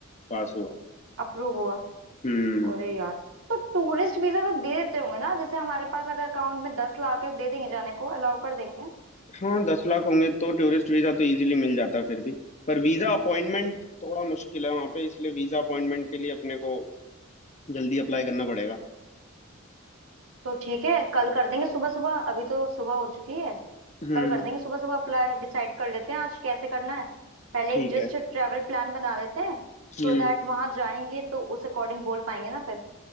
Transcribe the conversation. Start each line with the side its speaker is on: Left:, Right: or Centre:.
Left: पास हुआ
Right: अप्रूव हुआ
Left: हम्म
Right: अरे यार तो टूरिस्ट वीजा तो दे देते होंगे ना जैसे हमारे पास अगर अकाउंट में दस लाख है दे देंगे जाने को अलाउ कर देंगे
Left: हाँ दस लाख होंगे तो टूरिस्ट वीजा तो इजीली मिल जाता है फिर भी पर वीजा अपॉइंटमेंट थोड़ा मुश्किल है वहाँ पे इसलिए वीजा अपॉइंटमेंट के लिए अपने को जल्दी अप्लाई करना पड़ेगा
Right: तो ठीक है कल कर देंगे सुबह सुबह अभी तो सुबह हो चुकी है
Left: हम्म
Right: कल कर देंगे सुबह सुबह अप्लाई डिसाइड कर लेते हैं आज कैसे करना है पहले
Left: ठीक
Right: एक जस्ट
Left: है
Right: ट्रैवल प्लान बना लेते हैं
Left: हम्म
Right: सो दैट वहां जाएंगे तो उस अकॉर्डिंग बोल पाएंगे ना फिर